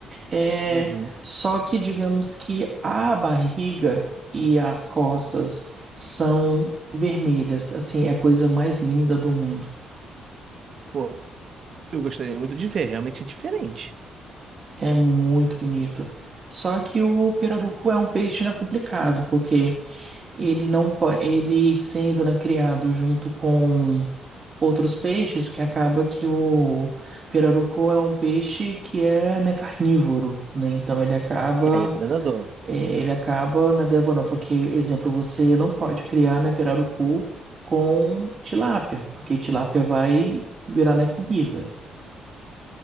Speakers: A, on the right; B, on the right.
A: é,
B: uhum.
A: só que digamos que a barriga e as costas são vermelhas, assim, é a coisa mais linda do mundo,
B: Pô, eu gostaria muito de ver, realmente é diferente.
A: é muito bonito. Só que o pirarucu é um peixe, né, complicado, porque Ele não po- ele sendo, né, criado junto com outros peixes, porque acaba que o pirarucu é um peixe que é, né, carnívoro, né? Então ele acaba
B: É, ele é predador.
A: eh, ele acaba, né, devorando, porque, exemplo, você não pode criar, né, pirarucu com tilápia, porque tilápia vai virar, né, comida.